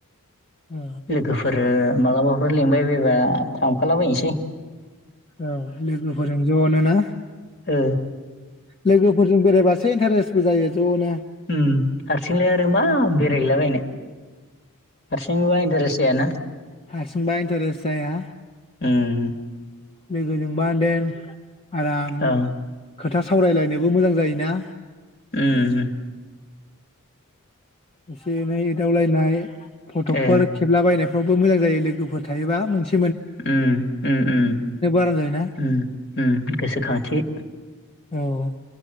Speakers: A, on the left; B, on the left.
A: औ
B: लोगोफोर ओ मालाबाफोर लिंबाय बायबा थांफालाबानसै।
A: औ लोगोफोरजों जनोना।
B: ओ
A: लोगोफोरजों बेरायबासो इन्टारेस्टबो जायो। ज'नो
B: उम हारसिंलाय आरो मा बेरायहैलाबायनो हारसिंबा इन्टारेस्ट जायाना।
A: हारसिंबा इन्टारेस्ट जाया
B: उम
A: लोगोजोंबा देन आराम
B: औ
A: खोथा सावरायलायनोबो मोजां जायो। ना?
B: उम
A: एसे एनै एदावलायनाय, फटकफोर
B: ए
A: खेबलाबायनाय फ्रावबो मोजां जायो लोगोफोर थायोबा मोनस
B: उम उम उम
A: आराम जायोना
B: उम उम गोसोखांथि।
A: औ